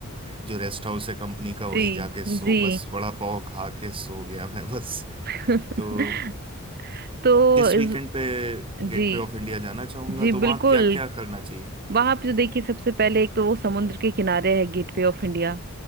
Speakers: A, on the right; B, on the right.
A: जो रेस्ट हाउस है कंपनी का वहीं
B: जी
A: जाके सो
B: जी
A: बस बड़ा पाव खा के सो गया मैं <laughs> बस
B: <laughs>
A: तो
B: तो
A: इस
B: इस
A: वीकेंड पे गेटवे
B: जी
A: ऑफ इंडिया जाना चाहूंगा
B: जी
A: तो वहां
B: बिल्कुल
A: क्या क्या करना चाहिए
B: वहां पे तो देखिए सबसे पहले एक तो वो समुद्र के किनारे है गेटवे ऑफ इंडिया